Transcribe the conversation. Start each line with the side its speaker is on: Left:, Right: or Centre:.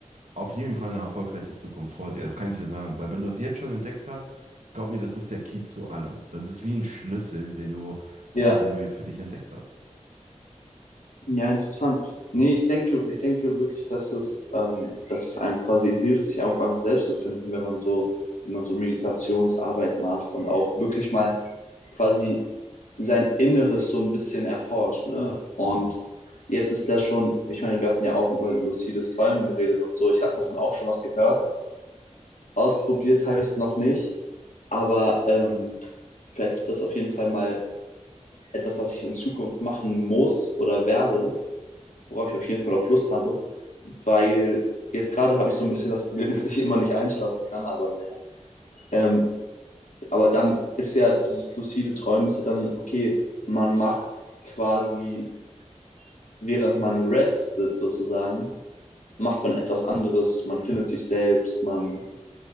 Right: auf jeden Fall eine erfolgreiche Zukunft vor dir. Das kann ich dir sagen, weil wenn du das jetzt schon entdeckt hast, glaub mir, das ist der Key zu allem. Das ist wie ein Schlüssel, den du,
Left: ja,
Right: ja, den du für dich entdeckt hast.
Left: ja, interessant. Nee, ich denke, ich denke wirklich, dass es, ähm, dass es einem quasi hilft, sich auch einfach selbst zu finden, wenn man so, wenn man so Meditationsarbeit macht und auch wirklich mal quasi sein Inneres so ein bisschen erforscht. Ne? Und
Right: Mhm.
Left: jetzt ist der schon, ich meine, wir hatten ja auch über lucides Träumen geredet und so. Ich habe davon auch schon was gehört. Ausprobiert habe ich es noch nicht, aber ähm, vielleicht ist das auf jeden Fall mal etwas, was ich in Zukunft machen muss oder werde, worauf ich auf jeden Fall auch Lust habe, weil jetzt gerade habe ich so ein bisschen das Problem, <laughs> dass ich immer nicht einschlafen kann, aber naja. Ähm, Aber dann ist ja dieses lucide Träumen ist ja dann, okay, man macht quasi, während man restet sozusagen, macht man etwas anderes, man findet sich selbst, man